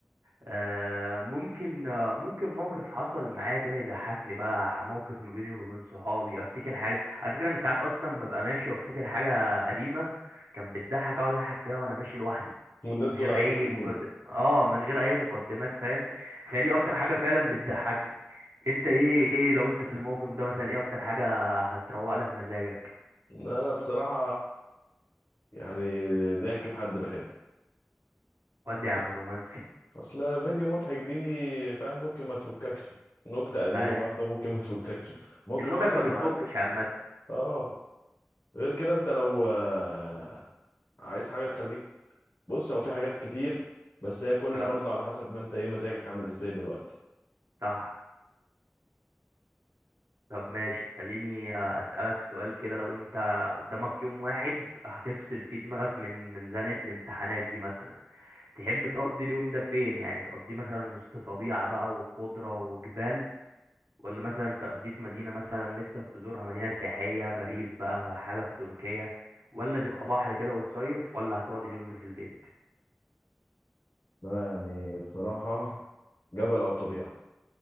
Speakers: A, on the right; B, on the left.
A: آه، ممكن آه، ممكن موقف حصل معايا كده يضحكني بقى ح- موقف ما بيني وما بين صحابي افتكر حاجه على فكره انا ساعات اصلا ببقى ماشي وافتكر حاجه قديمه كانت بتضحك اقعد اضحك فيها وانا ماشي لوحدي
B: والناس
A: من
B: تقول
A: غير
B: عليك
A: اي
B: مجنونة
A: مقدم اه من غير اي مقدمات فاهم فهي دي اكتر حاجه فعلا بتضحكني انت ايه ايه لو انت في الموقف ده مثلا ايه اكتر حاجه هتروق لك مزاجك
B: انا بصراحة يعني ضحكة حد بحبه
A: ودي يا عم الرومانسي
B: اصل فيديو مضحك دي فاهم ممكن ما تفككش نكتة قديمة
A: آه.
B: برضه ممكن ما تفككش موقف
A: النكت
B: حصل
A: ما بتفكش
B: معاك
A: عامه
B: اه غير كده انت لو آه، عايز حاجة تخليك بص هو في حاجات كتير بس هي كل
A: اه
B: برضه على حسب ما انت ايه مزاجك عامل ازاي دلوقتي
A: صح طب ماشي خليني أسألك سؤال كده لو أنت قدامك يوم واحد هتفصل فيه دماغك من من زنقة الامتحانات دي مثلا تحب تقضي اليوم ده فين يعني تقضيه مثلا وسط طبيعة بقى وخضرة وجبال ولا مثلا تقضيه في مدينة مثلا نفسك تزورها مدينة سياحية باريس بقى حاجة في تركيا ولا تبقى بحر كده وتصيف ولا هتقعد اليوم ده في البيت
B: لا يعني بصراحة جبل او طبيعة